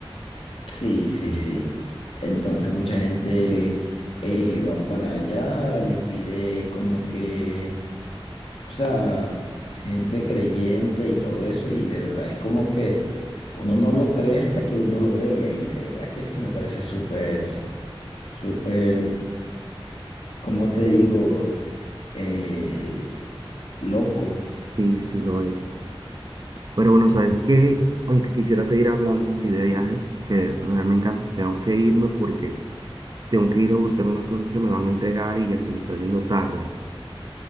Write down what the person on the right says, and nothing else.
<laughs>
Sí, sí lo es. Pero bueno, sabes que, aunque quisiera seguir hablando así de viajes, que de verdad me encanta, tengo que irme porque tengo que ir a buscar unas cosas que me van a entregar y ya se me está haciendo tarde.